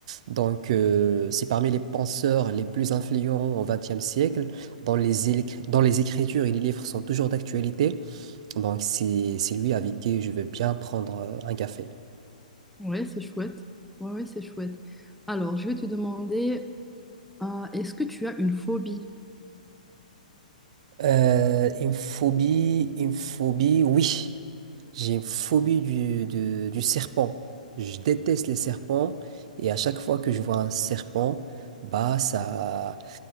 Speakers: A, on the right; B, in the centre.
A: Donc euh, c'est parmi les penseurs les plus influents au XXe siècle, dont les, éle- dont les écritures et les livres sont toujours d'actualité. Donc c'est c'est lui avec qui je veux bien prendre euh, un café.
B: Ouais, c'est chouette. Ouais, ouais, c'est chouette. Alors, je vais te demander, euh, est-ce que tu as une phobie?
A: Euh, une phobie, une phobie, oui. J'ai une phobie du, de- du serpent. Je déteste les serpents et à chaque fois que je vois un serpent, bah ça,